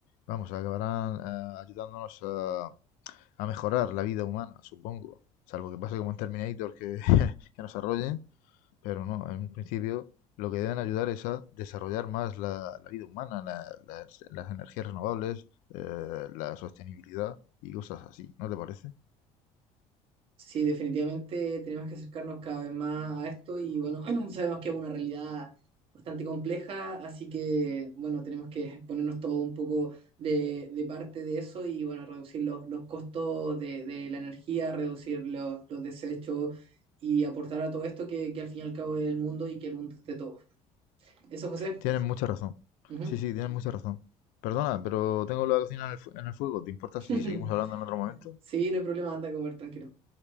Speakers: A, on the left; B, on the right.
A: vamos, acabarán eh, ayudándonos a a mejorar la vida humana, supongo. Salvo que pase como en Terminator que, <laughs> que nos arrollen, pero no, en un principio lo que deben ayudar es a desarrollar más la, la vida humana, la- las, las energías renovables, eh, la sostenibilidad y cosas así, ¿no te parece?
B: Sí, definitivamente tenemos que acercarnos cada vez más a esto y bueno, <clears throat> sabemos que es una realidad bastante compleja, así que bueno, tenemos que <laughs> ponernos todo un poco de, de parte de eso y bueno, reducir los, los costos de, de la energía, reducir los, los desechos y aportar a todo esto que, que al fin y al cabo es el mundo y que el mundo es de todos. Eso, José.
A: Tienen mucha razón.
B: Ujú.
A: Sí, sí, tienen mucha razón. Perdona, pero tengo la cocina en el, fu- en el fuego. ¿Te importa
B: <laughs>
A: si seguimos hablando en otro momento?
B: Sí, no hay problema, anda a comer tranquilo.